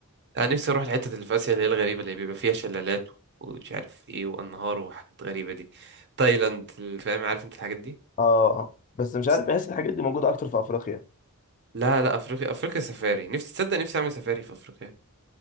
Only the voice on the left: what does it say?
اه بس مش عارف بحس
الحاجات دي موجوده اكتر في افريقيا